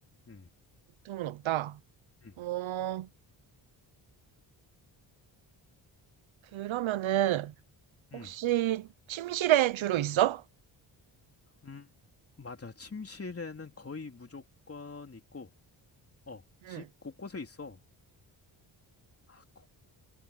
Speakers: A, on the left; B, on the right.
A: 음,
B: 보통은 없다.
A: 음,
B: 어, 그러면은,
A: 음.
B: 혹시 침실에 주로 있어?
A: 음, 맞아. 침실에는 거의 무조건 있고, 어,
B: 응.
A: 집 곳곳에 있어. 아, 꼭,